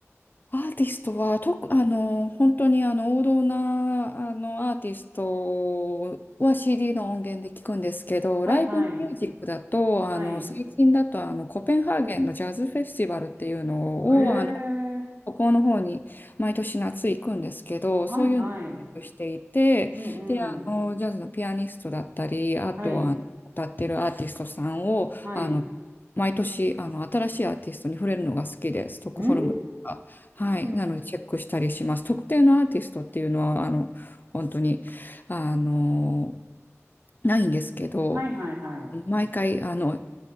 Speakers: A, on the left; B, on the right.
A: アーティストは、とく、あの、本当にあの、王道な、あの、アーティストは CD の音源で聞くんですけど、
B: はいはい。
A: ライブミュージックだと、あの、
B: はい。
A: 最近だと、あの、コペンハーゲンのジャズフェスティバルっていうのを、
B: へえ。
A: あのここの方に毎年夏行くんですけど、
B: はいはい。
A: そういうのをチェックしていて、
B: うんうん。
A: で、あの、ジャズのピアニストだったり、あとは歌ってるアーティストさんを、
B: はい、はい。
A: あの、
B: う
A: 毎年、あの、新しいアーティストに触れるのが好きです。ストックホルムとか。
B: ー
A: はい。
B: ん。
A: なので、チェックしたりします。特定のアーティストっていうのは、あの、本当に、あの、ないんですけど、
B: はい、はい、はい。
A: 毎回、あの、